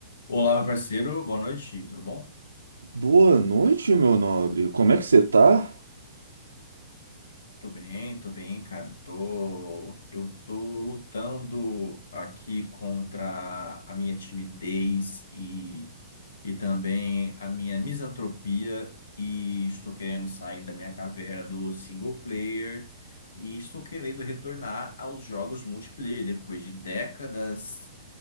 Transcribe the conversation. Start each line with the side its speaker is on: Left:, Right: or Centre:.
Left: Olá, meu parceiro, boa noite, tudo bom?
Right: Boa noite, meu nobre. Como é que você tá?
Left: Tô bem, tô bem, cara. Tô... Eu tô lutando aqui contra a minha timidez e, e também a minha misantropia e estou querendo sair da minha caverna do single player e estou querendo retornar aos jogos multiplayer depois de décadas